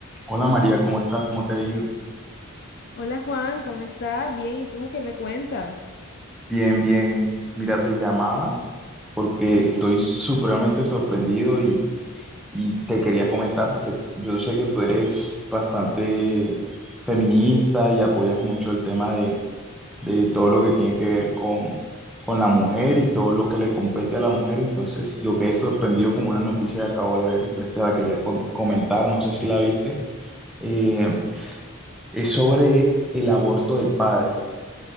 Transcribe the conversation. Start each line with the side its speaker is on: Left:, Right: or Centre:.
Centre: Hola María, ¿cómo estás? ¿Cómo te ha ido?
Left: Hola Juan, ¿cómo estás? Bien, ¿y tú qué me cuentas?
Centre: Bien, bien. Mira, te llamaba porque estoy supremamente sorprendido y, y te quería comentar porque yo sé que tú eres bastante feminista y apoyas mucho el tema de, de todo lo que tiene que ver con, con la mujer y todo lo que le compete a la mujer. Entonces, yo quedé sorprendido con una noticia que acabo de ver, entonces te la quería con- comentar, no sé si la viste. Eh, es sobre el aborto del padre.